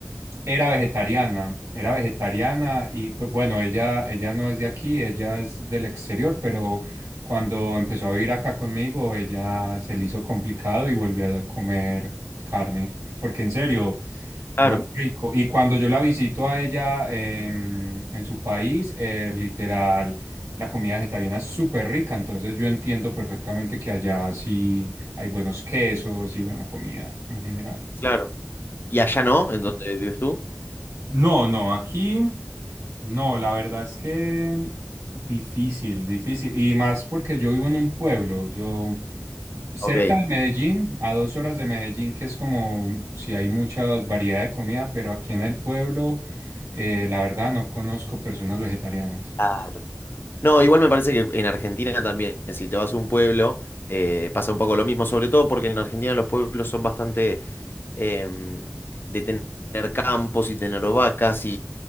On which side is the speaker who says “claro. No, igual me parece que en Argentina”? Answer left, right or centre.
Left